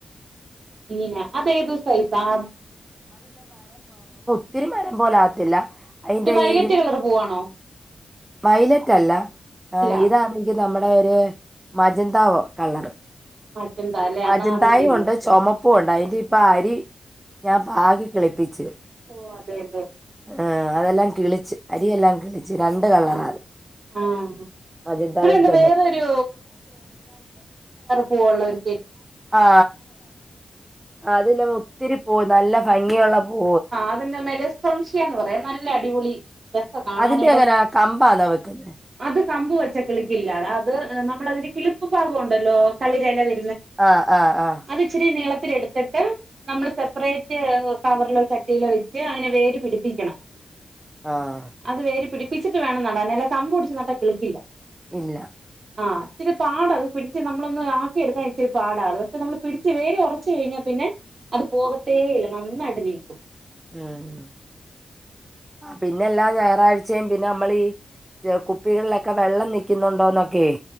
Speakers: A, on the right; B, on the right.
A: അടിന അത് ഏത് സൈസ് ആ
B: ത്തിരി മരം പോലെ ആവാത്തില്ല അതിന്റെ
A: വയലറ്റ്
B: ഈ
A: കളർ പൂവാണോ
B: വൈലറ്റ് അല്ല
A: അല്ല
B: ഇതാ ആണെങ്കിൽ നമ്മടെ ഒരു മജന്ത കളറ്
A: മജന്ത അല്ലേ
B: മജന്തയും
A: എന്നാ അത് ഇവിടെ ഇല്ല
B: ഉണ്ട് ചോമപ്പും ഉണ്ട് അതിന്റ ഇപ്പ അരി ഞാൻ പാകി കിളിപിച്ചു
A: ഓ അതെലെ
B: ആ അതെല്ലാം കിളിച്ച്. അരിയെല്ലാം കിളിച്ച്. രണ്ട് കളറാ
A: ആഹ്
B: അത്
A: ആഹ്
B: മജന്തയും
A: ഇവിടെണ്ട്
B: ചുമപ്പ
A: വേറൊരു പൂവെള്ളെരു
B: ആ അത് ഇല്ല ഒത്തിരി പൂ നല്ല ഭംഗിയുള്ള പൂ.
A: അതിന്റെ മേലേ സംശയ എന്ന് പറയും. നല്ല അടിപൊളി കാണാനായിട്ട്.
B: അതിന്റെ എങ്ങനാ കമ്പാന്നോ വെക്കുന്നെ
A: അത് കമ്പ് വെച്ചാ കിളിക്കില്ലാടാ അത് നമ്മളതിന്റെ കിളിപ്പ് ഭാഗം ഉണ്ടല്ലോ തളിരെലവെ
B: ആഹ് ആഹ് ആഹ്
A: അത് ഇച്ചിരി നീള ച്ചെടുത്തിട്ട് നമ്മള് സപ്പറേറ്റ് കവറിലോട്ട് <unintelligible> വെച്ച് അതിനെ വേര് പിടിപ്പിക്കണം.
B: ആഹ്
A: അത് വേര് പിടിപ്പിച്ചിട്ട് വേണം നടാന് അല്ലാതെ കമ്പ് ഒടിച്ചുനട്ടാൽകിളിക്കില്ല.
B: ഇല്ല
A: ആ ഇച്ചിരി പാടാ അത് പിടിച്ച് നമ്മളെന്നാക്ക ആക്കിയെടുക്കാൻ ഇത്തി രിപാടാണ് പക്ഷെ നമ്മള് പിടിച്ച് വേര് ഉറച്ചുകഴിഞ്ഞാൽ പിന്നെ അത് പോകത്തെഇല്ല നന്നായിട്ടുനില്കും.
B: മ് പിന്നെ എല്ലാഞായറാഴ്ചയും പിന്നെ നമ്മളികുപ്പികളിലോക്കെ വെള്ളം നിക്കുന്നുണ്ടോ ഒക്കയെ